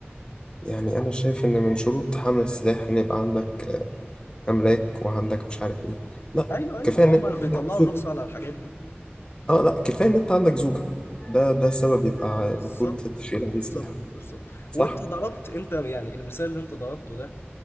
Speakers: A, on the left (about 25°); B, on the left (about 70°).
A: يعني أنا شايف إن من شروط حمل السلاح إن يبقى عندك أملاك وعندك مش عارف إيه لا
B: ايوه ايوه
A: كفاية
B: ما
A: إن
B: هم
A: أنت
B: بيطلعوا
A: عندك
B: الرخصة على الحاجات دي
A: اه لا كفايه ان انت عندك زوكا ده ده السبب يبقى المفروض
B: بالظبط
A: تشيل عليه
B: بالظبط
A: سلاح
B: بالظبط
A: صح
B: وانت ضربت انت يعني المثال اللي انت ضربته ده